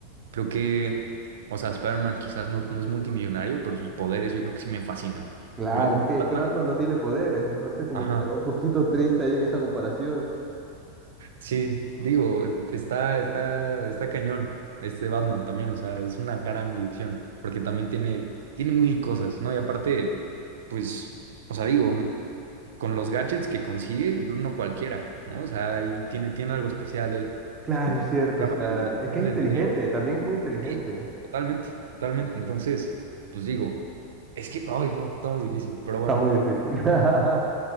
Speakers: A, on the right (about 65°); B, on the right (about 20°).
A: creo que, o sea, Spider-Man quizás no, no es multimillonario, pero sus poderes yo creo que sí me fascinan,
B: Claro,
A: ¿no? Y
B: es que,
A: Batman,
B: es que Batman no tiene poderes, entonces como
A: ajá.
B: que le va un poquito triste ahí en esa comparación.
A: Sí, digo, está, está, está cañón este Batman también, o sea, es una gran elección, porque también tiene, tiene mil cosas, ¿no? Y aparte, pues, o sea, digo, n- con los gadgets que consigue, yo creo no cualquiera, ¿no? O sea, ahí tiene, tiene algo especial él.
B: Claro, es cierto,
A: Llámale,
B: o sea,
A: el-
B: es
A: llámale
B: que es inteligente,
A: el dinero.
B: también es muy inteligente.
A: Sí, totalmente, totalmente. Entonces, pues digo, es que no, no, está muy difícil, pero
B: Está
A: bueno,
B: muy difícil. <laughs>